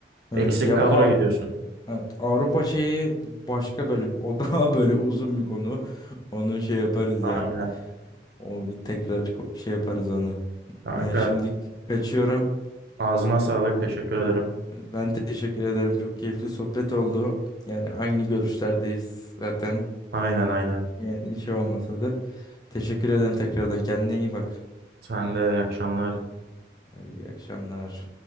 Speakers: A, on the left (about 20°); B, on the right (about 60°).
A: Öyle.
B: Eksik
A: Ya
B: kadroya
A: bu A-
B: gidiyorsun.
A: evet, Avrupa şeyi başka böyle o <laughs> daha böyle uzun bir konu. Onu şey yaparız
B: Aynen.
A: yani. O tekrar ko- şey yaparız onu.
B: Kanka
A: Ben şimdi kaçıyorum.
B: Ağzına sağlık. Teşekkür ederim.
A: Ben teşekkür ederim. Çok keyifli sohbet oldu. Yani aynı görüşlerdeyiz zaten.
B: Aynen aynen.
A: Yani hiç olmasa da teşekkür ederim tekrardan. Kendine iyi bak.
B: Sen de iyi akşamlar.
A: Hadi iyi akşamlar.